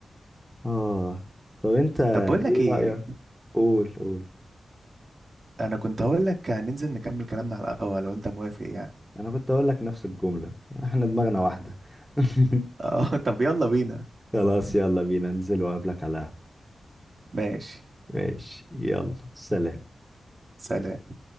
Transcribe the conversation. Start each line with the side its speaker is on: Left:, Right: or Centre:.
Centre: اه طب انت
Right: طب بقول لك
Centre: ايه
Right: ايه
Centre: رأيك قول قول
Right: انا كنت هقول لك هننزل نكمل كلامنا على القهوة لو انت موافق يعني
Centre: انا كنت اقول لك نفس الجملة احنا دماغنا واحدة <laughs>
Right: <laughs> اه طب يلا بينا
Centre: خلاص يلا بينا انزل وقابلك على القهوة
Right: ماشي
Centre: ماشي يلا سلام
Right: سلام